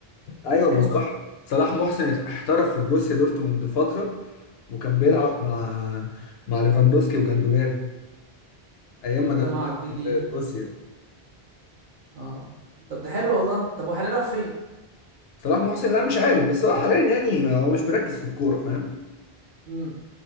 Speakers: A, on the left; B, on the right.
A: ايوه ما
B: امتى
A: صلاح صلاح محسن ات- احترف في بروسيا دورتموند فتره وكان بيلعب
B: امم
A: مع مع ليفاندوسكي وجندوجان ايام
B: والله
A: ما كان
B: ما اعرف دي جديده
A: في بروسيا
B: اه طب ده حلو والله طب وحاليا راح فين
A: صلاح محسن لا مش عارف بس هو حاليا يعني ما- هو مش مركز في الكوره فاهم
B: امم